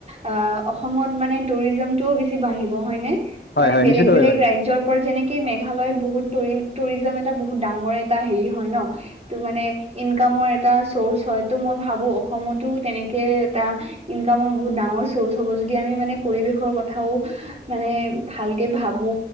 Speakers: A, on the right; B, on the left.
A: আ অসমত মানে টুৰিজমটোও বেছি বাঢ়িব হয়নে?
B: হয়
A: মানে
B: হয়
A: বেলেগ
B: নিশ্চিতভাৱে
A: বেলেগ
B: পাৰিব।
A: ৰজ্যৰ যেনেকে মেঘালয়ত বহুত ৰি টুৰিজম এটা বহুত ডাঙৰ এটা হেৰি হয় ন' -ত মানে ইনকামৰ এটা চৰ্চ হয় ত' মই ভাবো অসমতো তেনেকে এটা ইনকামৰ বহুত ডাঙৰ চৰ্চ হ'ব যদি আমি মানে পৰিবেশৰ কথাও মানে ভালকে ভাবো